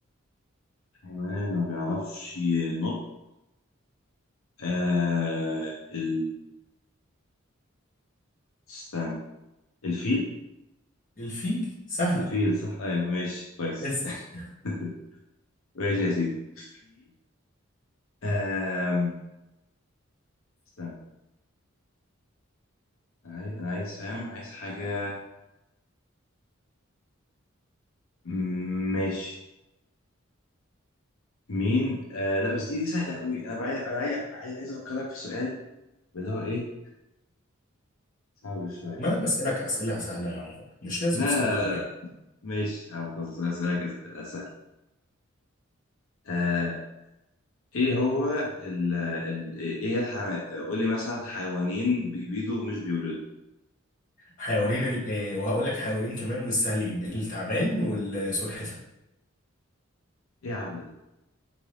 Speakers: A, on the left; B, on the left.
A: الحيوان اللي ما بيعرفش ينط آه ال... استنى الفيل
B: الفيل سهلة
A: فيل صح ايوه ماشي كويس
B: اسأل
A: <laughs> ماشي يا سيدي في آم... استنى عايز انا عايز فاهم عايز حاجة مم، ماشي مين آه لا بس دي دي سهلة قوي انا عايز انا عايز عايز عايز افكرك في سؤال اللي هو ايه صعب شوية
B: ما انا بسألك اسئلة سهلة يا عمر مش لازم
A: لا
B: تصعبها
A: لا
B: عليا
A: ماشي يا عم خلاص اسألك اسئلة سهلة آه ايه هو ال ال ايه هي الح... قول لي مثلا حيوانين بيبيضوا ومش بيولدوا
B: حيوانين ال... آه وهقول لك حيوانين كمان مش سهلين التعبان والسلحفة
A: ايه يا عم ده